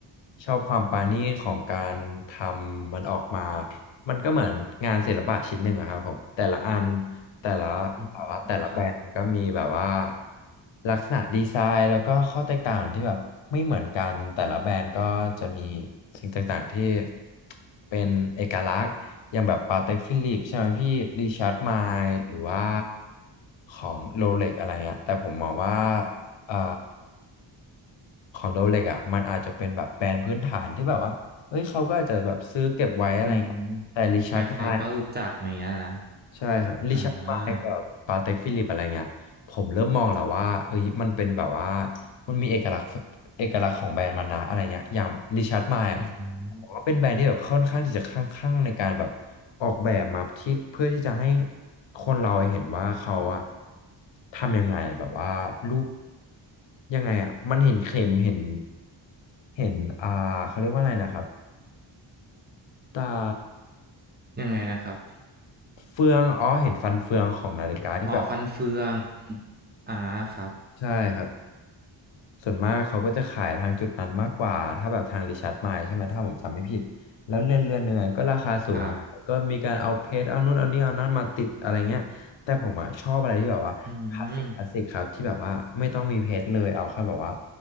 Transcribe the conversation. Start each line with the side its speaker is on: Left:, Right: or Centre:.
Left: ชอบความปราณีตของการทำมันออกมามันก็เหมือนงานศิลปะชิ้นหนึ่งอะครับผมแต่ละอัน แต่ละแบบว่าแต่ละแบรนด์ก็มีแบบว่า
Right: อืมครับ
Left: ลักษณะดีไซน์แล้วก็ข้อแตกต่างที่แบบไม่เหมือนกันแต่ละแบรนด์ก็จะมีสิ่งต่างๆที่เป็นเอกลักษณ์อย่างแบบปาเต็กฟิลิปใช่ไหมพี่ริชาร์ดไมล์หรือว่าของโรเล็กอะไรเงี้ยแต่ผมมองว่าเอ่อของโรเล็กอ่ะมันอาจจะเป็นแบบแบรนด์พื้นฐานที่แบบว่าเฮ้ยเขาก็อาจจะแบบซื้อเก็บไว้อะไรเงี้ยแต่ริชาร์ดไมล์
Right: อืมใครๆก็รู้จักอย่างเงี้ยนะ
Left: ใช่ครับริชาร์ดไมลกับปาเต็กฟิลิปอะไรเงี้ยผมเริ่มมองแล้วว่าเอ้ยมันเป็นแบบว่า
Right: อ่า
Left: มันมีเอกลักษณ์เอกลักษณ์ของแบรนด์มันนะอะไรเงี้ยอย่างริชาร์ดไมลอ่ะ
Right: อืม
Left: ผมว่าเป็นแบรนด์ที่แบบค่อนข้างที่จะข้างข้างในการแบบออกแบบมาที่เพื่อที่จะให้คนเราเห็นว่าเขาอะทำยังไงแบบว่ารูปยังไงอะมันเห็นเข็มเห็นเห็นอ่าเขาเรียกว่าอะไรนะครับตา
Right: ยังไงนะครับ
Left: เฟืองอ๋อเห็นฟันเฟืองของนาฬิกาที่แบบ
Right: อ๋อฟันเฟืองอ่าครับ
Left: ใช่ครับส่วนมากเขาก็จะขายทางจุดนั้นมากกว่าถ้าแบบทางริชาร์ดมล์ใช่ไหมถ้าผมจำไม่ผิดแล้วเรือนเรือนหนึ่งอะก็ราคาสูงแล้วก็มีการเอาเพชรเอานู่นเอานี่เอานั่นมาติดอะไรเงี้ยแต่ผมอ่ะชอบอะไรที่แบบว่าคลาสสิกคลาสสิกครับที่แบบว่าไม่ต้องมีเพชรเลยเอาแค่แบบว่า
Right: ครับอืม